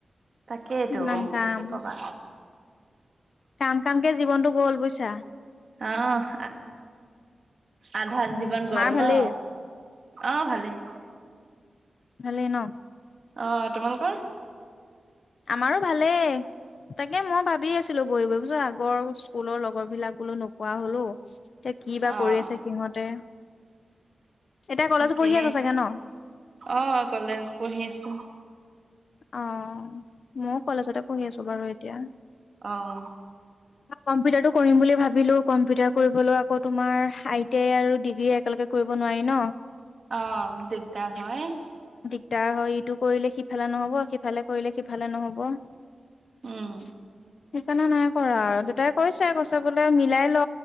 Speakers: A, on the right (about 50°); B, on the left (about 65°).
A: তাকেইতটো
B: ইমান কাম
A: কি কবা
B: কাম কাম কে জীৱনতটো গ'ল বুইছা
A: অ আহ আধাৰ
B: উম
A: জীৱন গল
B: মাৰ ভালেই।
A: ন। অ ভালে।
B: ভাল ন
A: আহ তোমালোকৰ
B: মাৰো ভালেই তাকে মই ভাবি আছিলো বহি বহি বুছো আগৰ স্কুলৰ লগৰ বিলাক বোলো নোপোৱা হলো। <unintelligible> এতিয়া কি বা
A: অহ
B: কৰি আছে সিহঁতে এতিয়া কলেজত
A: তাকে
B: পঢ়ি আছা চাগে ন
A: আহ কলেজ পঢ়ি আছো
B: অ ময়ো কলেজতে পঢ়ি আছো বাৰু এতিয়া
A: অহ
B: কম্পিউটাৰটো কৰিম বুলি ভাবিলো কম্পিউটাৰ কৰিবলৈ আকৌ তোমাৰ আই টি আই আৰু ডিগ্ৰী একেলগে কৰিব নোৱাৰি ন।
A: অ দিগদাৰ হয়।
B: তাৰ হয় ইটো কৰিলে সিফালে নহব সিফালে কৰিলে সিফালে নহব <inaudible>
A: উম,
B: সেইকাৰণে নাই কৰা আৰু দেউতাই কৈছে গ বোলে মিলাই ল।